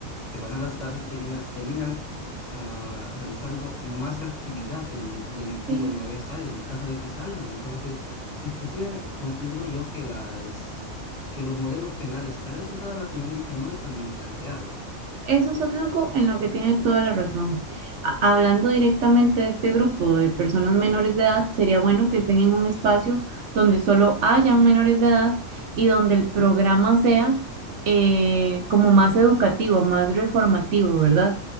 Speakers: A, on the left; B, on the right.
A: que van a las cárceles termina- terminan ah, realizando más actividad delin- delictiva
B: Sí.
A: una vez salen, en caso de que salgan. Entonces, inclusive considero yo que las... que los modelos penales, tal vez en toda Latinoamérica, no están bien planteados.
B: Eso es algo en lo que tiene toda la razón. A- Hablando directamente de este grupo de personas menores de edad, sería bueno que estén en un espacio donde solo hayan menores de edad y donde el programa sea eh, como más educativo, más reformativo, ¿verdad?